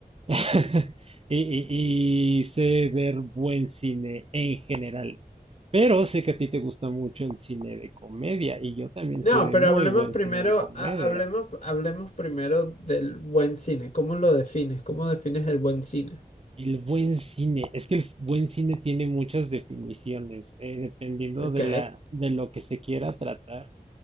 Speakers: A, on the right; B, on the left.
A: <laughs> y, y y sé ver buen cine en general. Pero sé que a ti te gusta mucho el cine de comedia y yo también
B: No,
A: sé de
B: pero
A: muy
B: hablemos
A: buen
B: primero,
A: cine de comedia.
B: ha- hablemos, hablemos primero del buen cine. ¿Cómo lo defines? ¿Cómo defines el buen cine?
A: El buen cine, es que el buen cine tiene muchas definiciones, eh, dependiendo
B: Ok.
A: de la, de lo que se quiera tratar